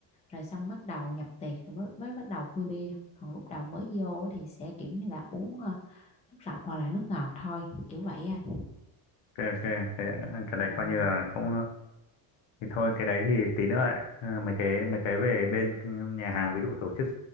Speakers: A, on the left; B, on the left.
A: rồi xong bắt đầu nhập tiệc rồi mới, mới bắt đầu khui bia còn lúc đầu mới vô á thì sẽ kiểu như là uống ờ, nước lọc hoặc là nước ngọt thôi kiểu vậy à
B: ok ok Thế, cái đấy
A: vâng
B: coi như là cũng thì thôi cái đấy thì tí nữa ấy. ờ, mấy cái mấy cái về bên nhà hàng ví dụ tổ chức